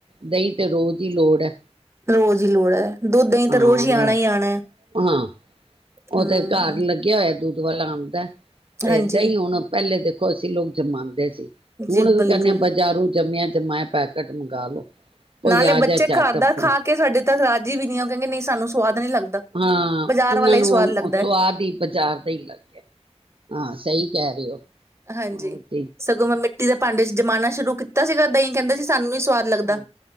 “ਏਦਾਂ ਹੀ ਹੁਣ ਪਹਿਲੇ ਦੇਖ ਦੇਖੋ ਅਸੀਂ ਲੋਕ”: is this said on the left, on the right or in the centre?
Right